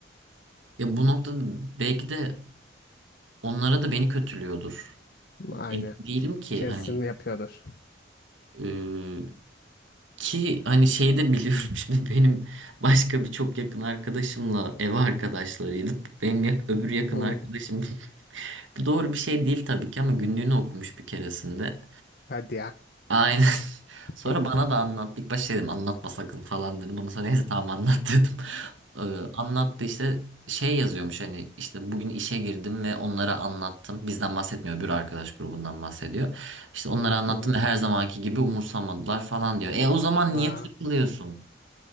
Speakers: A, on the right (about 90°); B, on the left (about 50°).
A: Ya bu noktada belki de Onlara da beni kötülüyordur.
B: Aynen.
A: Emin değilim ki
B: Kesin
A: hani
B: yapıyordur.
A: e, ki hani şey de biliyorum <laughs> şimdi benim başka bir çok yakın arkadaşımla ev arkadaşlarıydı. Benim yak- öbür yakın
B: Hı.
A: arkadaşım <laughs> bu doğru bir şey değil tabii ki ama günlüğünü okumuş bir keresinde.
B: Hadi ya.
A: Aynen. <laughs> Sonra
B: Hı.
A: bana da anlattı. İlk başta dedim anlatma sakın falan dedim. Ondan sonra neyse tamam anlat dedim. <laughs> Ee, anlattı işte şey yazıyormuş hani işte bugün işe girdim ve onlara anlattım. Bizden bahsetmiyor bir arkadaş grubundan bahsediyor. İşte onlara anlattım
B: Hı.
A: ve her zamanki gibi umursamadılar falan diyor. E o zaman
B: Aa,
A: niye takılıyorsun?